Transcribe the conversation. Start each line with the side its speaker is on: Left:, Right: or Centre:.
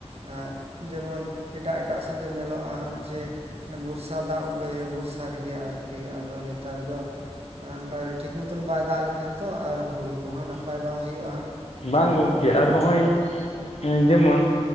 Right: ᱦᱮᱸ ᱡᱮᱢᱚᱱ ᱮᱴᱟᱜ ᱮᱴᱟᱜ ᱥᱮᱫ ᱫᱚ ᱧᱮᱞᱚᱜᱼᱟ ᱡᱮ ᱵᱚᱨᱥᱟ ᱫᱟᱜ ᱵᱚᱨᱥᱟ ᱨᱮᱜᱮ ᱟᱨᱠᱤ ᱟᱫᱚ ᱱᱮᱛᱟᱨ ᱫᱚ ᱚᱱᱮ ᱚᱱᱠᱟ ᱴᱷᱤᱠ ᱢᱚᱛᱚᱱ ᱵᱟᱭ ᱫᱟᱜ ᱞᱮᱠᱟᱱᱡ ᱛᱚ ᱟᱨ ᱦᱩᱲᱩ ᱠᱚᱦᱚᱸ ᱱᱟᱯᱟᱭ ᱵᱟᱝ ᱦᱩᱭᱩᱜᱼᱟ
Left: ᱵᱟᱝ
Right: ᱚᱱᱮ
Left: ᱜᱚᱢᱠᱮ
Right: ᱚᱱᱠᱟ
Left: ᱟᱨ ᱦᱚᱸᱜᱼᱚᱭ ᱡᱮᱢᱚᱱ